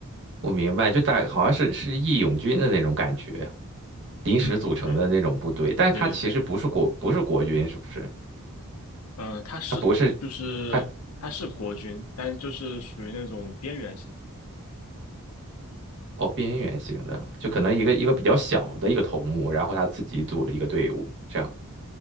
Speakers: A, on the right; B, on the left.
A: 我明白，就大好像是是义勇军的那种感觉，临时组成的那种部队，
B: 嗯，对，
A: 但是它其实不是国不是国军，
B: 对对对，
A: 是不是？
B: 嗯、他是就是他是国军，
A: 他不是，他
B: 但就是属于那种边缘型。
A: 哦边缘型的，就可能一个一个比较小的一个头目，然后他自己组了一个队伍，这样